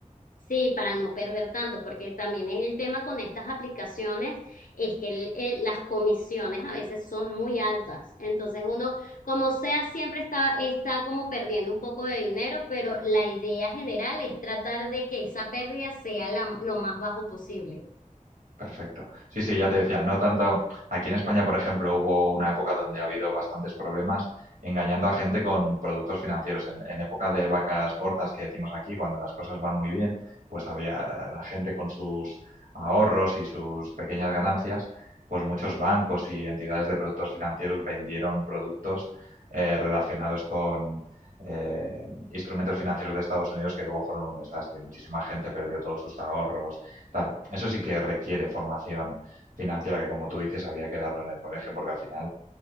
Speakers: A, on the left; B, on the right.
A: Sí, para no perder tanto, porque también el tema con estas aplicaciones es que el- eh, las comisiones a veces son muy altas. Entonces uno, como sea, siempre está, está como perdiendo un poco de dinero, pero la idea general es tratar de que esa pérdida sea la- lo más bajo posible.
B: Perfecto. Sí, sí, ya te decía, no tanto. Aquí en España, por ejemplo, hubo una época donde ha habido bastantes problemas engañando a gente con productos financieros. En, en época de vacas gordas que decimos aquí, cuando las cosas van muy bien, pues había la gente con sus ahorros y sus pequeñas ganancias, pues muchos bancos y entidades de productos financieros vendieron productos eh, relacionados con eh, instrumentos financieros de Estados Unidos que luego fueron un desastre y muchísima gente perdió todos sus ahorros Claro, eso sí que requiere formación financiera que, como tú dices, habría que darlo en el colegio porque al final